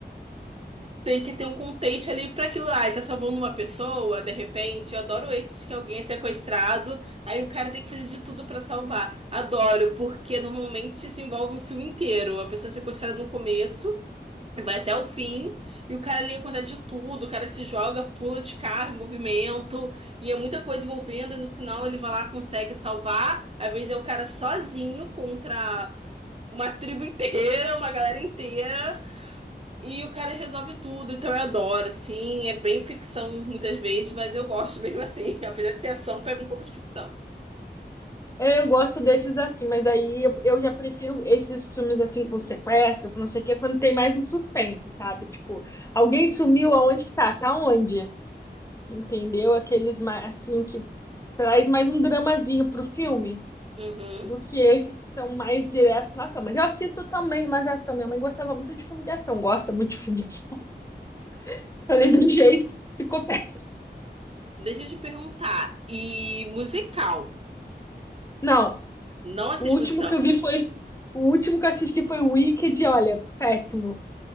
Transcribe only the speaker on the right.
Tem que ter um contexto ali pra aquilo lá. E tá salvando uma pessoa, de repente. Eu adoro esses que alguém é sequestrado, aí o cara tem que fazer de tudo pra salvar. Adoro, porque normalmente isso envolve o filme inteiro. A pessoa é sequestrada no começo. Vai até o fim e o cara ali acontece de tudo. O cara se joga, pula de carro, em movimento, e é muita coisa envolvendo. E no final ele vai lá, consegue salvar. Às vezes é o cara sozinho contra uma tribo <laughs> inteira, uma galera inteira, e o cara resolve tudo. Então eu adoro, assim. É bem ficção muitas vezes, mas eu gosto mesmo assim. <laughs> Apesar de ser ação, pega um pouco de ficção.
Uhum.
Deixa eu te perguntar. E musical?
Não assisto
musical.